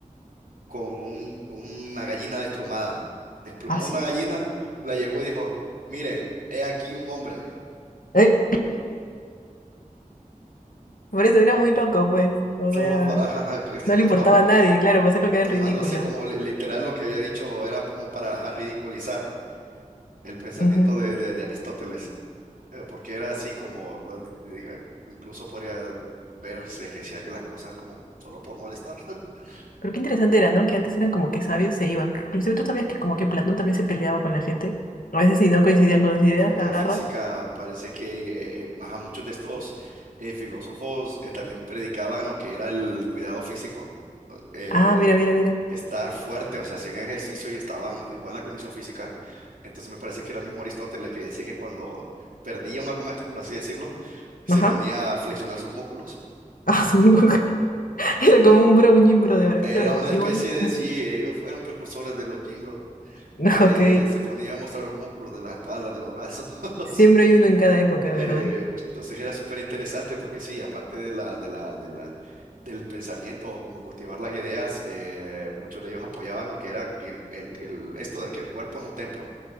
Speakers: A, on the right; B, on the left.
A: con un- una gallina desplumada. Desplumó
B: Así.
A: una gallina, la llevó y dijo, miren, he aquí un hombre,
B: ¿Eh? Por eso era muy loco, pues. O
A: solo
B: sea,
A: para... <laughs>
B: no le importaba a nadie, claro, para hacerlo
A: eh,
B: quedar
A: tomándose
B: en ridículo.
A: como li- literal lo que había dicho, era como para ajá, ridiculizar el pensamiento
B: Ujú.
A: de, de- de Aristóteles, eh, porque era así como, eh, incluso podría verse que hacía las cosas como solo por molestar. <laughs>
B: Pero qué interesante era, ¿no? Que antes eran como que sabios se iban. Inclusive tú sabías que como que Platón también se peleaba con la gente. A veces si no coincidían con sus ideas,
A: De forma
B: agarra.
A: física, parece que eh, eh, ajá, muchos de estos eh, filósofos eh, también predicaban lo que era el cuidado físico. eh,
B: Ah, mira, mira, mira.
A: estar fuerte, o sea, hacían ejercicio y estaban en buena condición física. Entonces me parece que era el mismo Aristóteles que decía que cuando perdía un argumento, por así decirlo, se
B: Ajá.
A: ponía a flexionar sus músculos.
B: Ah, <laughs> Era como un bro, un gym bro de ahora.
A: Era
B: Claro,
A: una
B: igual.
A: especie de,
B: Ujú.
A: sí, ellos fueron precursores de los gym bros.
B: <laughs>
A: Eh,
B: Ok.
A: se ponía a mostrar los músculos de la espalda, de los brazos. <laughs>
B: Siempre hay uno en cada época,
A: Eh,
B: ¿verdad?
A: entonces era súper interesante porque sí, aparte de la, de la, de la, del pensamiento o como cultivar las ideas, eh, muchos de ellos apoyaban lo que era que el, el- que el- esto de que el cuerpo es un templo.